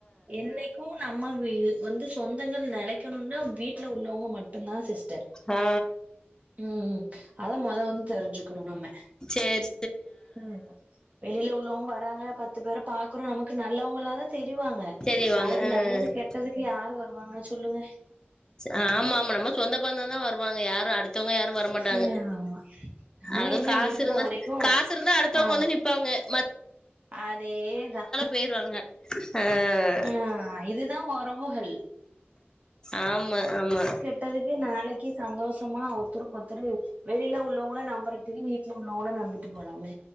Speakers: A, on the right; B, on the left.
A: என்னைக்கூ நம்ம வீ வந்து சொந்தங்கள் நெலைக்கணுனா வீட்ல உள்ளவங்க மட்டு மட்டுந்தா சிஸ்டர்
B: ஆ ஆ
A: ம் ம் அத மெத வந்து தெரிஞ்சுக்குணு நம்ம
B: சேர்
A: ம் வெளியில உள்ளவங்க வராங்க பத்து பேர பாக்குறோ நமக்கு நல்லவங்ளாதா தெரிவாங்க
B: சரி வாங்க
A: நாளைக்கு
B: ஆ
A: நல்லது கெட்டதுக்கு யாரு வருவாங்க சொல்லுங்க
B: ஆமா ஆமா நம்ம சொந்த பந்தோ தா வருவாங்க யாரு அடுத்தவங்க யாரு வரமாட்டாங்க
A: ம் ஆமா நம்ம
B: அதூ
A: என்ன
B: காசு
A: இருக்கிற
B: இருந்தா
A: வரைக்கு
B: காசு இருந்தா அடுத்தவுங்க
A: ஆ
B: வந்து நிப்பாங்க மத்
A: அதேதா
B: பேயிருவாங்க ஆ
A: ஆ இதுதா ஒறவுகள்
B: ஆமா ஆமா
A: ட்டதுக்கு நாளைக்கு சந்தோஷமா ஒத்துருக்கொர்த்தரு வெளியில உள்ளவங்கள நம்புறதுக்கு வீட்ல உள்ளவங்கள நம்பிட்டு போலாமே